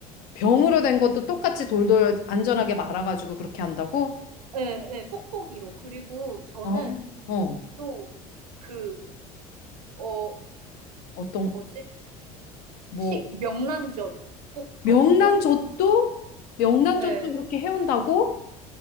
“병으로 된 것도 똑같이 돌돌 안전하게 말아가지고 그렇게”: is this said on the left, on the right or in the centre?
Left